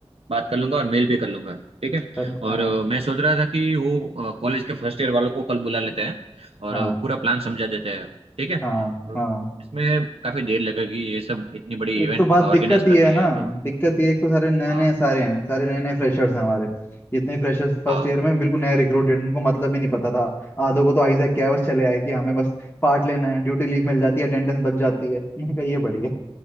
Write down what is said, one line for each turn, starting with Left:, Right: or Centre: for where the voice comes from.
Right: बात कर लूंगा और मेल भी कर लूंगा ठीक है
Left: तब
Right: और
Left: हाँ
Right: अ, मैं सोच रहा था कि वो कॉलेज के फर्स्ट ईयर वालों को कल बुला लेते हैं और
Left: हाँ
Right: अ, पूरा प्लान समझा देते हैं ठीक है
Left: हाँ
Right: और
Left: हाँ
Right: इसमें काफी देर लगेगी ये सब इतनी बड़ी
Left: एक
Right: इवेंट
Left: तो बात
Right: ऑर्गेनाइज
Left: दिक्कत
Right: करनी
Left: ही है ना
Right: है तो
Left: दिक्कत ये एक तो सारे नए
Right: हाँ
Left: नए सारे हैं सारे नए नए फ्रेशर्स हैं हमारे जितने फ्रेशर्स फर्स्ट
Right: हाँ
Left: ईयर में बिल्कुल नया रिक्रूटेड उनको मतलब भी नहीं पता था आधों को तो आइजैक क्या है, बस चले आए कि हमें बस पार्ट लेना है ड्यूटी लीव मिल जाती है अटेंडेंस बच जाती है <laughs> मैंने कहा ये बढ़िया